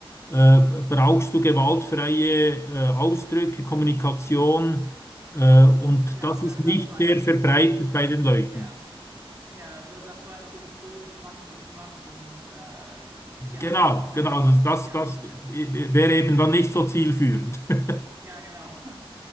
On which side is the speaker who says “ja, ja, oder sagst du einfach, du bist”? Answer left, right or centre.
Right